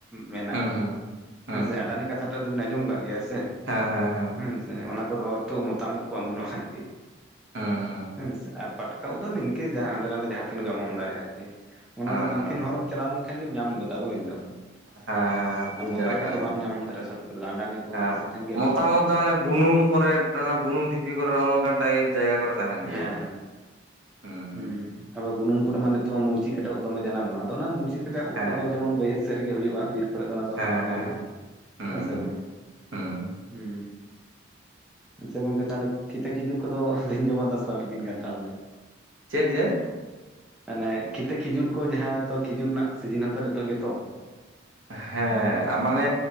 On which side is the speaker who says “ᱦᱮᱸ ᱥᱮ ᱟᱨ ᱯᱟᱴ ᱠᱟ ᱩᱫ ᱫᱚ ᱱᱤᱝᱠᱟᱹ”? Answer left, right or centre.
Centre